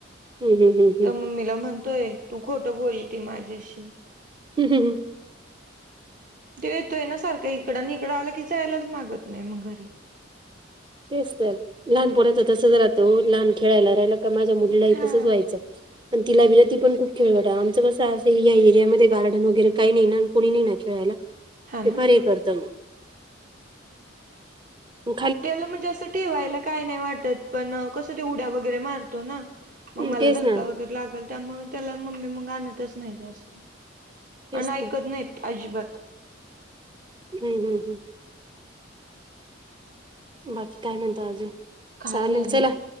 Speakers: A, on the right; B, on the right.
A: हम्म हम्म हम्म हम्म.
B: तर मम्मीला म्हणतोय तू खोटं बोलते माझ्याशी.
A: हम हम.
B: तो येतोय ना सारख्या इकडं आणि इकडं आलं की जायलाच मागत नाही मग घरी.
A: तेच तर लहान पोरांच तसेच राहत ओ लहान खेळायला राहील. का माझ्या मुलीलाही
B: हा
A: तसच व्हायचं. आणि तिलाबिना ती पण खूप खेळत आमच कसं आहे. ना या एरियामध्ये गार्डन वगैरे काही नाही ना आणि कोणी नाही ना खेळायला.
B: हा
A: ते
B: ना
A: बरी करत असं मग.
B: त्याला म्हणजे असं ठेवायला काय नाही वाटत. पण कसं ते उड्या वगैरे मारतो ना मग मला
A: तेच
B: धक्का
A: ना
B: वगैरे लाग''--'' गल त्यामुळे त्याला मम्मी मग आणतच नाही जास्त
A: तेच
B: आणि ऐकत
A: तर
B: नाहीत अजिबात.
A: हम् हम् हम्. बाकी काय म्हणता अजून
B: काय
A: चालेल
B: नाही नाही
A: चला